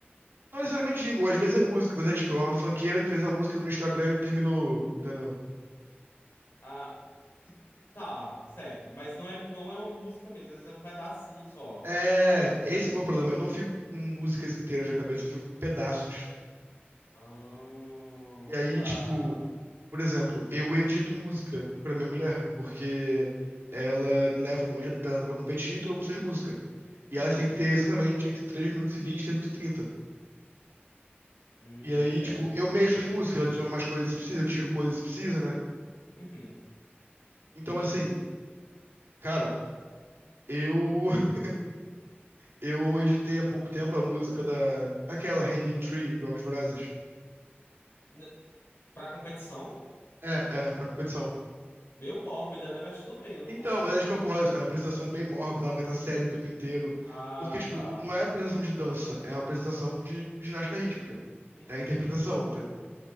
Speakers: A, on the right (about 70°); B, on the left (about 75°).
A: Não necessariamente jingle, às vezes é música, mas é tipo, é uma funkeira que fez uma música no Instagram e não terminou, entendeu?
B: Ah, tipo, tá, certo. Mas não é, não é uma música mesmo, às vezes é um pedacinho só.
A: É, esse é o meu problema. Eu não fico com músicas inteiras na cabeça, eu fico com pedaços.
B: Ah,
A: E aí,
B: tá.
A: tipo, Por exemplo, eu edito música pra minha mulher, porque ela leva um monte de talento pra competir e todo mundo precisa de música.
B: Uhum.
A: E elas têm que ter exatamente entre 3 minutos e 20 e 3 minutos e trinta
B: Hum,
A: E aí,
B: certo.
A: tipo, eu mexo as músicas, eu adiciono mais coisas se precisa, eu tiro coisas se precisa, né?
B: Uhum.
A: Então, assim, cara, eu <laughs> eu editei há pouco tempo a música da... Aquela, Hanging Tree, Jogos Vorazes.
B: N- Pra competição?
A: É, é, pra competição.
B: Meio mórbida, né? Mas tudo bem, eu não
A: Então,
B: vou.
A: mas é de propósito, tá?
B: Hum.
A: É uma apresentação bem mórbida, ela vai estar séria o tempo inteiro.
B: Ah,
A: Porque, tipo,
B: tá.
A: não é apresentação de dança, é uma apresentação de ginástica rítmica.
B: Uhum.
A: É a interpretação, entendeu?